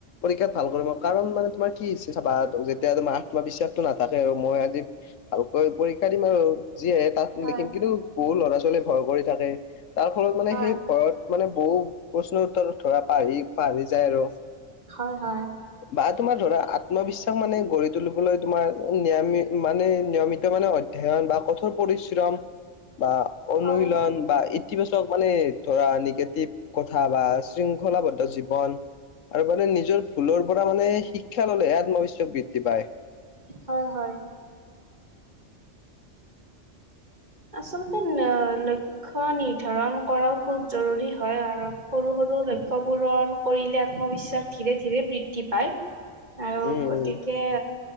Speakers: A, on the left (about 90°); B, on the right (about 35°).
A: পৰীক্ষাত ভাল কৰি কাৰণ মানে তোমাৰ কি চাবা যেতিয়া তোমাৰ আত্মবিশ্বাসটো নাথাকে আৰু মই আজি ভালকৈ পৰীক্ষা দিম আৰু যি আহে তাত
B: হয়
A: লিখিম কিন্তু বহুত ল'ৰা ছোৱালী ভৰ কৰি থাকে তাৰ ফলত মানে
B: হয়
A: সেই ভয়ৰত মানে বহু প্ৰশ্নৰ উত্তৰ ধৰা পাহি বাহি যায় আৰু।
B: হয় হয়
A: বা তোমাৰ ধৰা আত্মবিশ্বাস মানে গঢ়ি তুলিবলৈ তোমাৰ নিৰামি মানে নিয়মিত মানে ধ্যয়ান বা কঠোৰ পৰিশ্ৰম বা অনুশীলন
B: হয়
A: বা ইতিবাচক মানে ধৰা নিগেটিভ কথা বা শৃংখলাবদ্ধ জীৱন আৰু মানে নিজৰ ভুলৰ ওপৰত মানে শিক্ষা ললে আত্মবিশ্বাস বৃদ্ধি পায়।
B: হয় হয় আচলতে ন লক্ষ্য নিৰ্ধাৰণ কৰক খুব জৰুৰী হয় কাৰণ সৰু সৰু লক্ষ্য পূৰণ কৰিলে আত্মবিশ্বাস ধীৰে ধীৰে বৃদ্ধি পায় <inaudible> আৰু
A: উম
B: গতিকে
A: উম